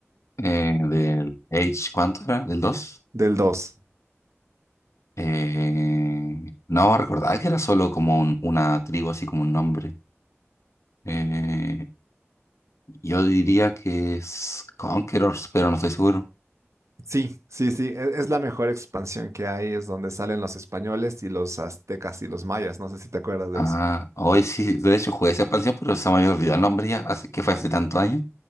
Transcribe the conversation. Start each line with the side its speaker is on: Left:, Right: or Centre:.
Left: eh, del age, ¿cuánto era? ¿Del dos,
Right: Del dos
Left: Eh, no, recordaba que era solo como un- una tribu, así como un nombre. Eh, yo diría que es Conquerors, pero no estoy seguro.
Right: Sí, sí, sí, e- es la mejor expansión que hay, es donde salen los españoles y los aztecas y los mayas, no sé si te acuerdas de
Left: Ah,
Right: eso.
Left: hoy sí, de hecho jugué esa expansión, pero se me había olvidado el nombre ya, así que fue hace tantos años.